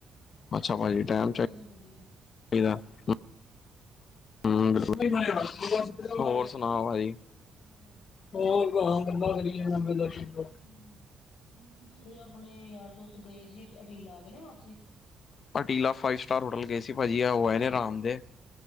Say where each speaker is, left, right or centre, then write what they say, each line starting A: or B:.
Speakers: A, on the left (about 55°); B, on the left (about 80°).
A: ਅੱਛਾ ਭਾਈ
B: ਸਿਰ
A: ਜੀ ਟਾਈਮ
B: ਖਪਾਈ
A: ਚਾਹੀਦਾ।
B: ਵੀ ਬੜੀ ਆ
A: <unintelligible> ਹੋਰ ਸੁਣਾਓ ਭਾਜੀ।
B: ਸੇਰਖਪਾਈ ਫ਼ਿਰ ਕੰਮ ਦੀ।
A: ਹੋਰ ਗੱਲਾਂ ਕਰੀਏ
B: <unintelligible> ਆਪਣੇ ਯਾਰ ਦੋਸਤ ਗਏ ਸੀ ਦਿਹਾੜੀ ਲਾ ਕੇ ਗਏ ਸੀ ਨਾ ਵਾਪਸੀ।
A: ਪਟੀਲਾ ਫਾਈਵ ਸਟਾਰ ਹੋਟਲ ਗਏ ਸੀ ਭਾਜੀ। ਆ ਹੌ ਆਏ ਨੇ ਹਰਾਮ ਦੇ।